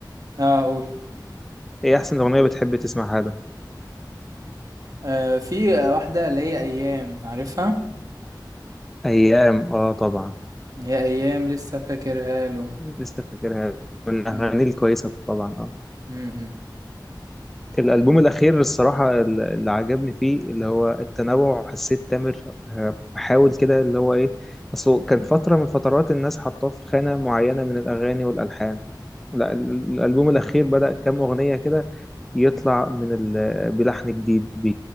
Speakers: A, on the right; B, in the centre.
A: اه اقول
B: ايه احسن اغنيه بتحب تسمعها له
A: آه في واحدة اللي هي ايام عارفها
B: ايام اه طبعا
A: هي ايام لسه فاكرها له
B: لسه فاكرها والاغاني
A: أمم،
B: الكويسه طبعا اه
A: أمم.
B: الألبوم الأخير الصراحة اللي عجبني فيه اللي هو التنوع حسيت تامر آه، بحاول كده اللي هو إيه أصله كان فترة من الفترات الناس حطاه في خانة معينة من الأغاني والألحان لا ال- ال- الألبوم الأخير بدأ كام أغنية كده يطلع من ال... بلحن جديد ب...